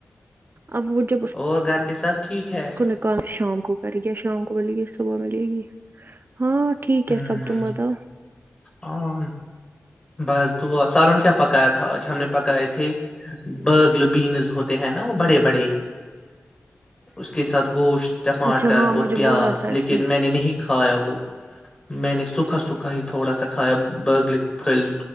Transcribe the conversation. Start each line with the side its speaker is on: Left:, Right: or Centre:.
Right: اب وہ جب اس اس
Left: اور گھر پہ سب ٹھیک ہے
Right: کو نکال شام کو کر گیا شام کو <unintelligible> ملے گی صبح ملے گی ہاں ٹھیک <unintelligible> کیسب
Left: ہ
Right: تبد <unintelligible>
Left: ہاں بس دعا سالن کیا پکایا تھا آج ہم نے پکائے تھے برگل بینز ہوتے ہیں نا وہ بڑے بڑے اس کے ساتھ ساتھ گوشت ٹماٹر
Right: اچھا ہاں
Left: اور
Right: مجھے
Left: پیاز
Right: بولا تھا
Left: لیکن
Right: اس
Left: میں نے نہیں کھایا وہ <unintelligible> میں نے <unintelligible> سوکھا سوکھا ہی تھوڑا سا کھایا برگل پل